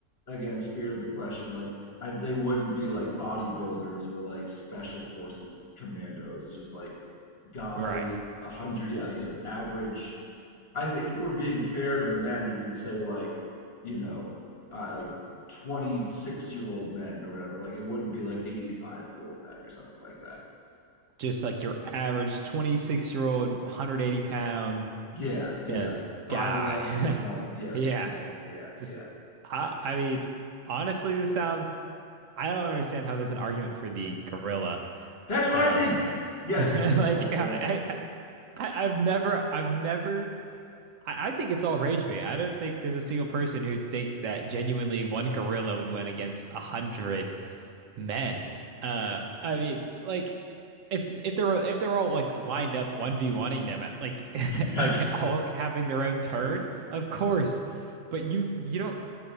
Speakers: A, on the left; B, on the right.
A: again, spirit of the question, like I they wouldn't be like bodybuilders or like special forces commandos. It's just like guy
B: Right.
A: a hundred, yeah, like you said, average. I think if we're being fair to the men, you could say like, you know, uh, like 26 year old men or whatever. Like it wouldn't be like 85 year old men or something like that.
B: Just like your average 26 year old, 180 pound
A: Yeah, yeah.
B: just
A: 5'11,
B: guy.
A: like
B: <laughs>
A: yes,
B: Yeah.
A: yeah, yeah, yeah,
B: Just
A: yeah,
B: I
A: yeah.
B: I mean, honestly, this sounds I don't understand how there's an argument for the gorilla.
A: That's what
B: Um
A: I think. Yes.
B: <laughs>
A: Okay.
B: like
A: Sorry. Go
B: I,
A: ahead. Yeah.
B: I I- I've never I've never I, I think it's all rage bait. I don't think there's a single person who thinks that genuinely one gorilla would win against a hundred men. Uh, I mean, like if if they were if they're all like lined up one v oneing them, like
A: Yes.
B: <laughs> like all having their own turn, of course. But you you don't